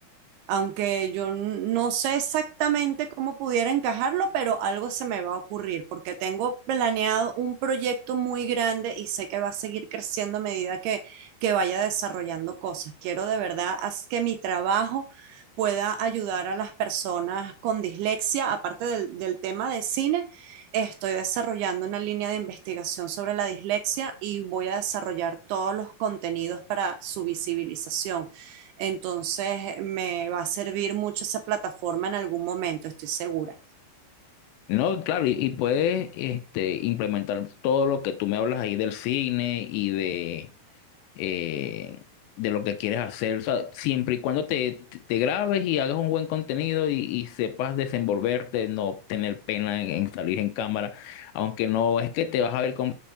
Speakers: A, on the right; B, on the left.
A: aunque yo n- no sé exactamente cómo pudiera encajarlo, pero algo se me va a ocurrir, porque tengo planeado un proyecto muy grande y sé que va a seguir creciendo a medida que, que vaya desarrollando cosas. Quiero de verdad haz que mi trabajo pueda ayudar a las personas con dislexia, aparte del, del tema de cine, estoy desarrollando una línea de investigación sobre la dislexia y voy a desarrollar todos los contenidos para su visibilización. Entonces me va a servir mucho esa plataforma en algún momento, estoy segura.
B: No, claro, y, y puedes este, implementar todo lo que tú me hablas ahí del cine y de, eh, de lo que quieres hacer. O sea, siempre y cuando te, te grabes y hagas un buen contenido y, y sepas desenvolverte, no tener pena en, en salir en cámara, aunque no es que te vas a ver con